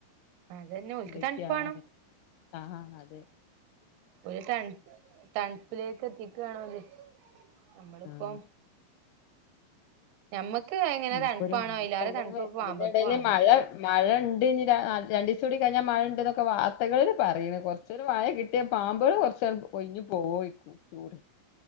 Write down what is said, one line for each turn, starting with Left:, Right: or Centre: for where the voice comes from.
Right: അതന്നെ ഓൽക്ക്
Left: ഇതൊക്കെയാണ്
Right: തണുപ്പാണം
Left: ആഹ് അതെ
Right: ഒരു തണ തണുപ്പിലേക്ക് എത്തിയേക്കണോല് നമ്മളിപ്പം
Left: ആഹ്
Right: ഞമ്മക്ക് എങ്ങനെ
Left: ഇനി
Right: തണുപ്പാണോ
Left: ഇപ്പൊ ഒരു <inaudible> മാസ
Right: അയിലേറെ തണുപ്പ് പാമ്പക്ക്
Left: ഇതിന്റെ ഇടയിൽ
Right: വാണം
Left: മഴ മഴ ഉണ്ട് ഇനി രണ്ടു ദിവസം കൂടി കഴിഞ്ഞാൽ മഴ ഉണ്ട് എന്നൊക്കെ വാർത്തകള് പറയണ് കുറ ചൊരു മഴ കിട്ടിയൽ പാമ്പുകൾ കുറച്ച് ഒഴിഞ് പോയിക്കും ചൂട്